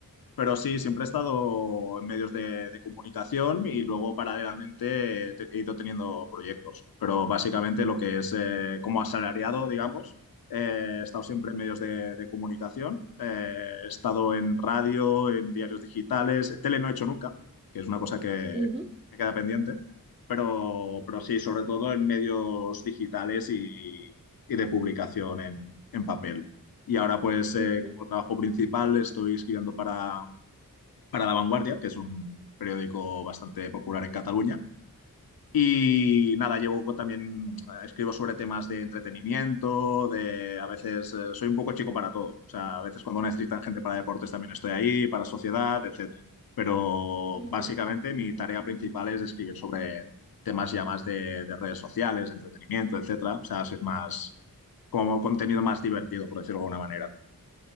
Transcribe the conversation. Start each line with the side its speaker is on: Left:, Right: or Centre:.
Left: Pero sí, siempre he estado en medios de, de comunicación y luego paralelamente te- he ido teniendo proyectos. Pero básicamente lo que es eh, como asalariado, digamos, eh, he estado siempre en medios de, de comunicación. Eh, he estado en radio, en diarios digitales. Tele no he hecho nunca, que es una cosa que
Right: ujú,
Left: me queda pendiente. Pero, pero sí, sobre todo en medios digitales y, y de publicación en, en papel. Y ahora pues
Right: ujú,
Left: eh, como trabajo principal estoy escribiendo para para La Vanguardia, que es un periódico bastante popular en Cataluña. Y nada, llevo también, eh, escribo sobre temas de entretenimiento, de a veces eh, soy un poco chico para todo. O sea, a veces cuando necesitan gente para deportes también estoy ahí, para sociedad, etcétera. Pero
Right: ujú.
Left: básicamente mi tarea principal es escribir sobre temas ya más de, de redes sociales, de entretenimiento, etcétera. O sea, si es más como contenido más divertido, por decirlo de alguna manera.